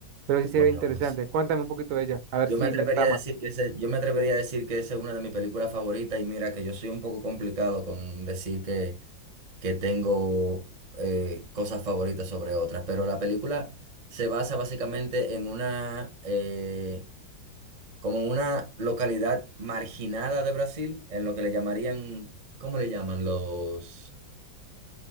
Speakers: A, on the right; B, on the right.
A: Pero sí se
B: Bueno,
A: ve interesante.
B: pues
A: Cuéntame un poquito de ella, a ver
B: Yo
A: si
B: me atrevería
A: me trama.
B: a decir que ese, yo me atrevería a decir que esa es una de mis películas favoritas y mira que yo soy un poco complicado con decir que, que tengo eh, cosas favoritas sobre otras, pero la película se basa básicamente en una, eh, como en una localidad marginada de Brasil, en lo que le llamarían, ¿cómo le llaman? Los...